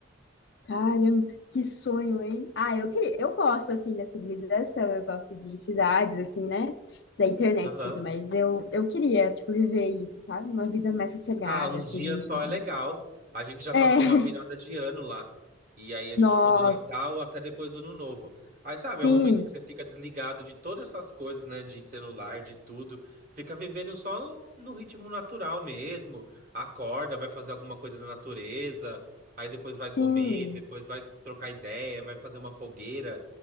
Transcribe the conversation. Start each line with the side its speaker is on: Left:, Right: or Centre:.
Left: Caramba, que sonho, hein? Ah, eu queria, eu gosto assim da civilização, eu gosto de cidades assim, né? Da internet
Right: Aham.
Left: e tudo, mas eu eu queria, tipo, viver isso, sabe? Uma vida mais sossegada
Right: Ah, uns
Left: assim,
Right: dias
Left: e tudo.
Right: só é legal. A gente já
Left: É,
Right: passou
Left: <laughs>
Right: uma virada de ano lá. E aí a gente
Left: nossa.
Right: ficou do Natal até depois do Ano Novo. Aí, sabe,
Left: Sim,
Right: é um momento que você fica desligado de todas essas coisas, né? De celular, de tudo. Fica vivendo só no, no ritmo natural mesmo. Acorda, vai fazer alguma coisa na natureza. Aí depois vai
Left: sim.
Right: comer, depois vai trocar ideia, vai fazer uma fogueira.